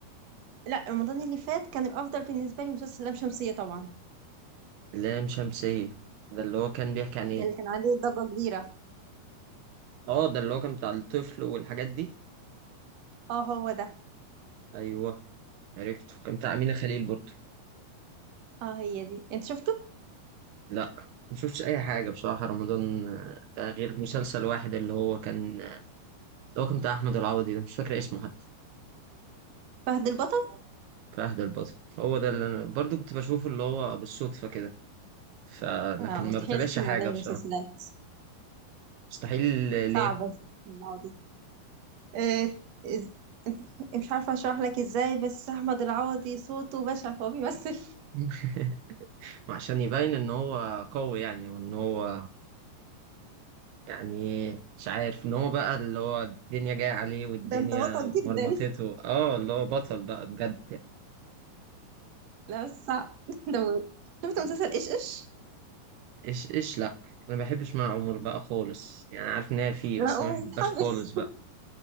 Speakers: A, on the right; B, on the right.
A: لا رمضان اللي فات كان الافضل بالنسبه لي مسلسل لام شمسيه طبعا
B: لام شمسية ده اللي هو كان بيحكي عن ايه
A: ده اللي كان عليه ضجه كبيره
B: اه ده اللي هو كان بتاع الطفل والحاجات دي
A: اه هو ده
B: ايوه عرفته كان بتاع أمينة خليل برضه
A: اه هي دي انت شفته
B: لا ما شفتش اي حاجة بصراحة رمضان آه، ده غير مسلسل واحد اللي هو كان اللي هو كان بتاع احمد العوضي ده مش فاكر اسمه حتى
A: فهد البطل
B: في عهد البطل هو ده اللي انا برضه كنت بشوفه اللي هو بالصدفة كده فلكن
A: اه مستحيل
B: ما بتابعش
A: اشوف من
B: حاجة
A: عدد المسلسلات
B: بصراحة مستحيل
A: صعبه
B: ليه
A: العوضي آه إز- مش عارفه اشرح لك ازاي بس احمد العوضي صوته بشع فهو بيمثل
B: <laughs> عشان يبين ان هو قوي يعني وان هو يعني مش عارف ان هو بقى اللي هو الدنيا جاية عليه والدنيا
A: ده انت بطل جدا
B: مرمطته اه اللي هو بطل بقى بجد
A: لا بس صعب <laughs> ده شفت مسلسل ايش ايش
B: ايش ايش لا انا ما بحبش مع عمر بقى خالص يعني عارف ان هي فيه
A: لا
B: بس
A: هو
B: أنا ما بحبهاش
A: متحمس
B: خالص بقى